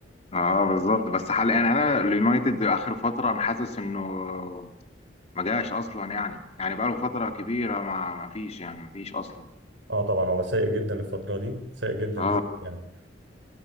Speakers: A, on the left; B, on the right.
A: اه بالظبط بس حال يعني انا اليونايتد اخر فتره انا حاسس انه ما جاش اصلا يعني يعني بقاله فتره كبيره ما ما فيش يعني ما فيش اصلا
B: اه طبعا هو سيء جدا الفترة دي سيء جدا
A: اه
B: جدا يعني